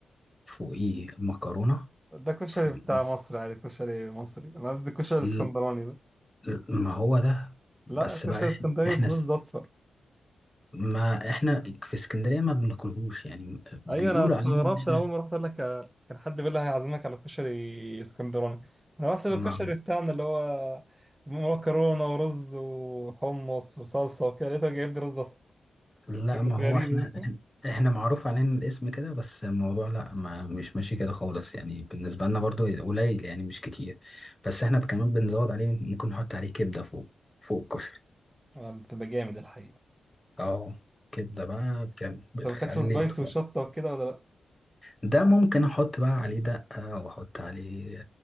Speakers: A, on the left; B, on the right.
A: فوقيه مكرونة
B: ده كشري
A: فوقيه
B: بتاع مصر عادي كشري مصري أنا قصدي الكشري الإسكندراني
A: ل-
B: ده
A: ل- ما هو ده بس
B: لا كشري
A: بقى احنا
B: اسكندريه
A: إحنا
B: برز اصفر
A: ما احنا في اسكندرية ما بناكلهوش يعني بيقولوا
B: ايوه انا استغربت
A: علينا ان احنا
B: انا اول ما رحت اقول لك آه، كان حد بيقول لي هيعزمك على كشري اسكندراني انا بحسب
A: ما
B: الكشري بتاعنا اللي هو مكرونه ورز وحمص وصلصه وكده لقيته جايب لي رز اصفر
A: لا
B: كانت
A: ما هو
B: غريبه
A: احنا احنا معروف علينا الاسم كده بس الموضوع لا ما مش ماشي كده خالص يعني بالنسبة لنا برضو قليل يعني مش كتير بس احنا كمان بنزود عليه ممكن نحط عليه كبدة فوق فوق الكشري
B: آه، بتبقى جامد الحقيقه
A: اه كبدة بقى بتعمل-
B: انت
A: بتخلي
B: بتاكله سبايس
A: طبق
B: وشطه وكده ولا لا
A: ده ممكن احط بقى عليه دقة واحط عليه